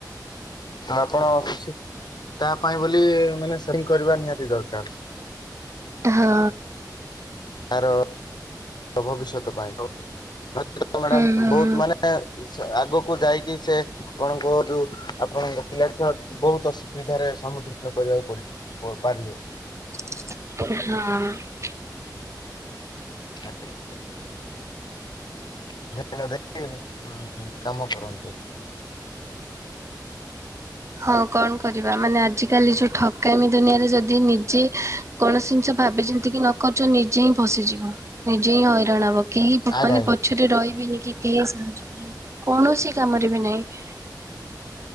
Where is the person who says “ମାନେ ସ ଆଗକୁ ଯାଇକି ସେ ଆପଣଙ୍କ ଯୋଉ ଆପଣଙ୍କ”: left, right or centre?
Left